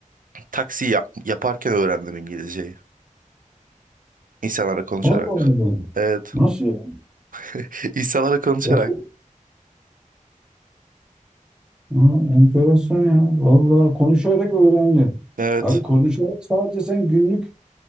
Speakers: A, on the right; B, in the centre.
A: Taksi yap- yaparken öğrendim İngilizceyi. İnsanlarla konuşarak.
B: O da olmadı.
A: Evet.
B: Nasıl ya?
A: <laughs> İnsanlarla konuşarak.
B: Yok. Aa, enteresan ya. Vallahi konuşarak öğrendin.
A: Evet.
B: Abi konuşarak sadece sen günlük